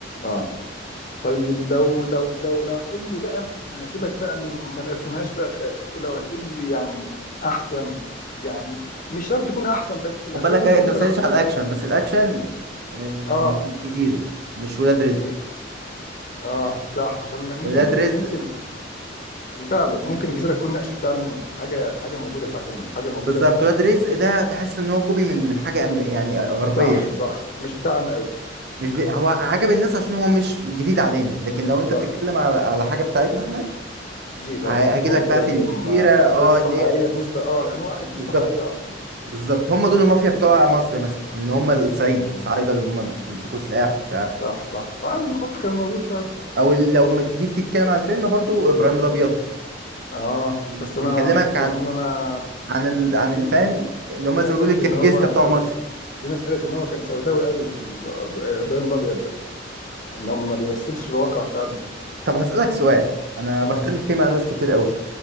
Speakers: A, on the left; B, on the right.
A: اه طيب لو لو لو لو هتقول لي بقى يعني سيبك بقى من ما تقسمهاش بقى فئات لو هتقول لي يعني احسن يعني مش شرط تكون احسن بس
B: وخد
A: الافلام
B: بالك
A: اللي
B: آه، انت
A: انت
B: ما سالتش
A: لو
B: على الاكشن بس الاكشن آه،
A: اه
B: الجزيره مش ولاد
A: الجزيره
B: رزق
A: اه صح عشان م-
B: ولاد
A: ممكن
B: رزق
A: ممكن فعلا ممكن الجزيره تكون ناقشت فعلا حاجه حاجه موجوده فع يعني حاجه موجوده
B: بالظبط ولاد رزق ده تحس ان هو كوبي من من حاجه أمر... يعني غربيه
A: صح
B: شويه
A: صح مش بتاعنا قوي
B: مش بي... هو عجب الناس عشان هو مش جديد علينا لكن لو انت
A: صح
B: بتتكلم على على حاجه بتاعتنا احنا
A: جزيره
B: هاجي
A: اه هو
B: لك
A: بيتكلم
B: بقى في الجزيره
A: آه،
B: اه
A: قصه
B: اللي
A: حقيقيه
B: هي
A: بالنسبه اه يعني هو اخد
B: بالظبط
A: قصه حقيقيه اصلا
B: بالظبط هم دول
A: اه
B: المافيا بتوع مصر مثلا ان هم الصعيد الصعايده اللي هم بيمسكوا سلاح وبتاع
A: صح صح فعلا الخط كان موجود فعلا
B: او ال- لو ما تجيب تتكلم على الفيلم برضو ابراهيم الابيض
A: اه
B: بيكلمك
A: بس انا ما شفت يعني
B: عن
A: انا
B: عن ال... عن
A: أنا-
B: الفهم
A: في
B: اللي هم
A: في ناس
B: زي ما بيقولوا
A: قالت
B: الجنجستا
A: ان هو
B: بتوع
A: سود
B: مصر
A: في ناس قالت ان هو كان سوداوي قوي ال- ابراهيم الابيض ده ان هو ما بيمثلش الواقع فعلا
B: طب هسألك سؤال انا
A: امم
B: بختلف فيه مع ناس كتير قوي